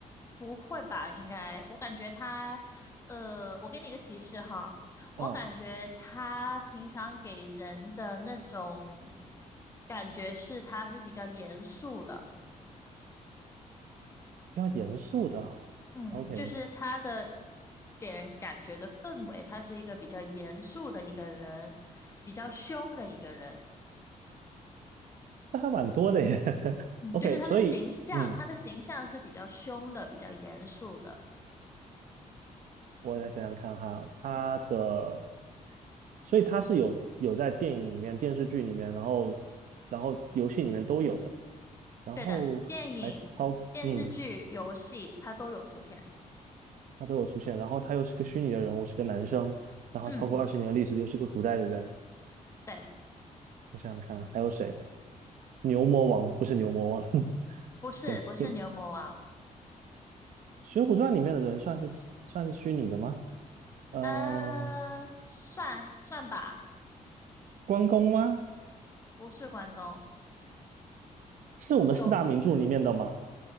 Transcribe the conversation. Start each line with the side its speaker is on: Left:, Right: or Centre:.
Left: 不会吧？应该，我感觉他，呃，我给你一个提示哈，我感觉他平常给人的那种
Right: 啊，
Left: 感觉是他是比较严肃的，
Right: 比较严肃的。
Left: 嗯，
Right: OK，
Left: 就是他的给人感觉的氛围，他是一个比较严肃的一个人，比较凶的一个人，
Right: 那还蛮多的耶。<laughs>
Left: 嗯，
Right: OK，
Left: 就是他的形象，
Right: 所以嗯，
Left: 他的形象是比较凶的，比较严肃的，
Right: 我来想想看哈，他的，所以他是有有在电影里面、电视剧里面，然后然后游戏里面都有的，然后还是超嗯，
Left: 对的，电影。电视剧、游戏，他都有出现。
Right: 他都有出现。然后他又是个虚拟的人物，是个男生，然后超过二十年的历史，
Left: 嗯，
Right: 又是个古代的人。
Left: 对，
Right: 我想想看还有谁？牛魔王不是牛魔王。<laughs>
Left: 不是不是牛魔王，
Right: 跟跟《水浒传》里面的人算是算是虚拟的吗？嗯、
Left: 呃，算算吧，
Right: 关公吗？
Left: 不是关公，
Right: 是我们四大名著里面的吗？
Left: 有一